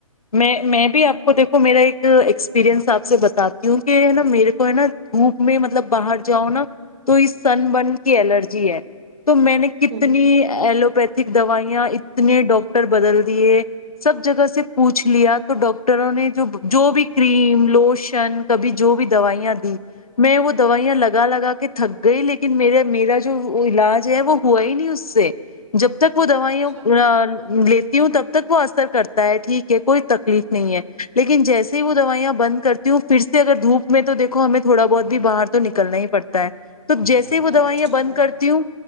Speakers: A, on the left (about 90°); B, on the right (about 50°).
A: میں میں بھی آپ کو دیکھو میرا ایک ایکسپیرنس آپ سے بتاتی ہوں کہ ہے نا میرے کو ہے نا دھوپ میں مطلب باہر جاؤ نا تو اس سن برن کی الرجی ہے تو میں نے کتنی
B: ہ
A: ایلوپیتھی دوائیاں اتنے ڈاکٹر بدل دیے سب جگہ سے پوچھ لیا تو ڈاکٹروں نے جو جو بھی کریم لوشن کبھی جو بھی دوائیاں دی میں وہ دوائیاں لگا لگا کے تھک گئی لیکن میرا میرا جو علاج ہے وہ ہوا ہی نہیں اس سے جب تک پ دوا ہی
B: اچھا
A: ا لیتی ہوں تب تک وہ اثر کرتا ہے ٹھیک کوئی تکلیف نہیں ہے لیکن جیسے ہی وہ دوائیاں بند کرتی ہوں پھر سے اگر دھوپ میں تو دیکھو ہمیں تھوڑا بہت بھی باہر تو نکلنا ہی پڑتا تو
B: ہاں،
A: جیسے وہ
B: چائنیز
A: دوائیاں
B: ہوتا
A: بند
B: ہے۔
A: کرتی ہوں